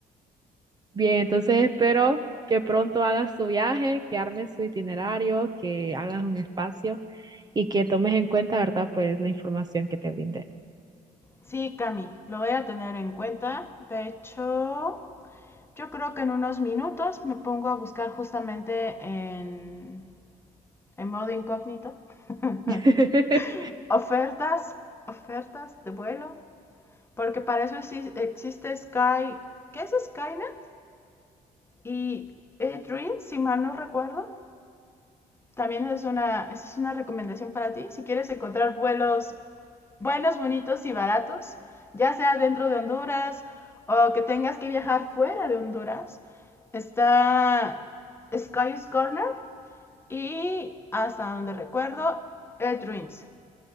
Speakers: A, on the right; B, on the left.
A: Bien, entonces espero que pronto hagas tu viaje, que armes tu itinerario, que hagas un espacio y que tomes en cuenta, ¿verdad? Pues la información que te brindé.
B: Sí, Cami, lo voy a tener en cuenta. De hecho, yo creo que en unos minutos me pongo a buscar justamente en, en modo incógnito <laughs>
A: <laughs>
B: ofertas, ofertas de vuelo, porque para eso existe Sky, ¿qué es Skynet? Y Dream, si mal no recuerdo, también es una, esa es una recomendación para ti, si quieres encontrar vuelos buenos, bonitos y baratos, ya sea dentro de Honduras o que tengas que viajar fuera de Honduras, está Sky's Corner y hasta donde recuerdo, Dreams.